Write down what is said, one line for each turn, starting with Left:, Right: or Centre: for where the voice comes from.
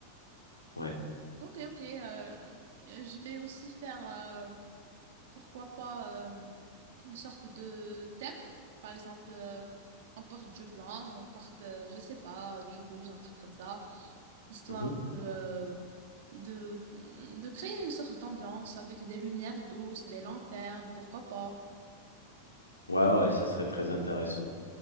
Left: Ouais.
Right: Ok, ok. euh, je vais aussi faire, euh, pourquoi pas, euh, une sorte de thème. Par exemple, euh, on porte du blanc, ou on porte, euh, je sais pas, euh, du rouge, un truc comme ça, histoire
Left: Mhm.
Right: de, euh, de, de créer une sorte d'ambiance avec des lumières douces, des lanternes, pourquoi pas.
Left: Ouais, ouais, ça serait très intéressant.